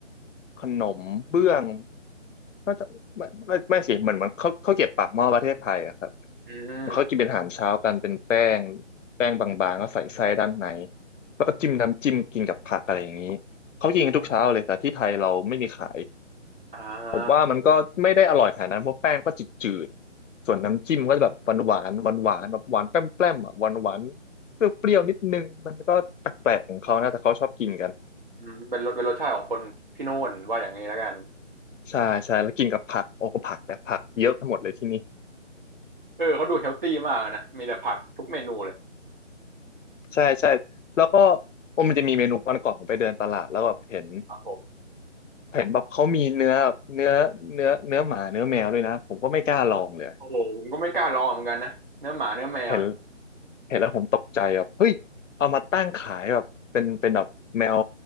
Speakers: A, on the left; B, on the right.
A: ขนมเบื้อง ก็จะไม่ไม่ไม่สิเหมือนมันเขาเขาวเก็ียบปากหม้อประเทศไทยอะครับ
B: อืม
A: มันเขากินเป็นอาหารเช้ากันเป็นแป้งแป้งบางๆก็ใส่ไส้ด้านในแล้วก็จิ้มน้ำจิ้มกินกับผักอะไรอย่างนี้เขากินกันทุกเช้าเลยแต่ที่ไทยเราไม่มีขาย
B: อ่า
A: ผมว่ามันก็ไม่ได้อร่อยขนาดนั้นเพราะแป้งก็จืดๆส่วนน้ำจิ้มก็แบบหวานหวานหวานหวานๆแบบหวานแป้มแป้มอะหวานหวานเปรี้ยวๆนิดนึงมันก็แปลกๆของเขานะแต่เขาชอบกินกัน
B: อืมเป็นรสเป็นรสชาติของคนที่โน่นว่าอย่างนี้แล้วกัน
A: ใช่ใช่แล้วกินกับผักโอ้ก็ผักแต่ผักเยอะไปหมดเลยที่นี่
B: เออเขาดูเฮลตี้มากนะมีแต่ผักทุกเมนูเลย
A: ใช่ใช่แล้วก็โอ้มันจะมีเมนูวันก่อนผมไปเดินตลาดแล้วแบบเห็น
B: ครับผม
A: เห็นแบบเขามีเนื้อเนื้อเนื้อเนื้อหมาเนื้อแมวด้วยนะผมก็ไม่กล้าลองเลย
B: โอ้โหผมก็ไม่กล้าลองเหมือนกันนะเนื้อหมาเนื้อแมวเนี่ย
A: เห็นเห็นแล้วผมตกใจแบบเฮ้ยเอามาตั้งขายแบบเป็นเป็นแบบแมว